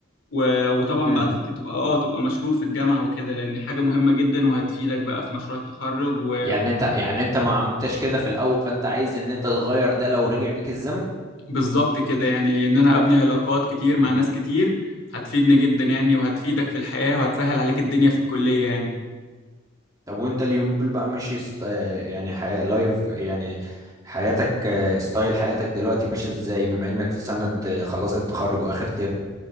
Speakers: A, on the left; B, on the right.
A: و... وطبعا
B: امم
A: بقى تت- تبقى اه تبقى مشهور في الجامعه وكده لان حاجه مهمه جدا وهتفيدك بقى في مشروع التخرج و...
B: يعني انت يعني انت ما عملتش كده في الاول فانت عايز ان انت تغير ده لو رجع بيك الزمن
A: بالظبط كده يعني ان انا ابني علاقات كتير
B: مم.
A: مع ناس كتير هتفيدني جدا يعني وهتفيدك في الحياه وهتسهل عليك الدنيا في الكليه يعني
B: طب وانت اليوم دول بقى ماشي س- آه، يعني حياة لايف يعني حياتك آه، ستايل حياتك دلوقتي ماشي ازاي بما انك في سنة آه، خلاص التخرج واخر ترم